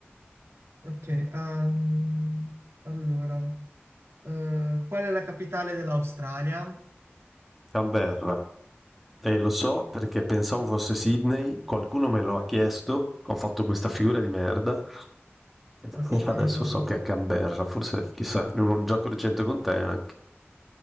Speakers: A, on the right; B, in the centre.
A: Ok, ehm, allora, eh, qual è la capitale dell'Australia?
B: Canberra. Eh, lo so perché pensavo fosse Sydney, qualcuno me lo ha chiesto, ho fatto questa figura di merda <laughs>
A: Ok,
B: Adesso
A: no,
B: so che è Canberra, forse chissà, in un gioco recente con te anche.